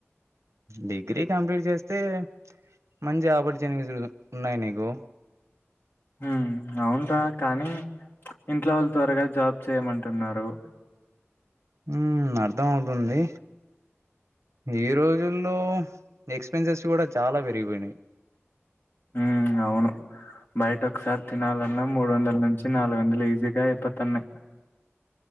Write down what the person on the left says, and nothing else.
ఉ అవున్రా కానీ ఇంట్లో వాళ్ళు త్వరగా జాబ్ చేయమంటున్నారు
ఉ అవును బయట ఒకసారి తినాలన్నా మూడు వందల నుంచి నాలుగు వందలు ఈజీ గా అయిపోతున్నాయ్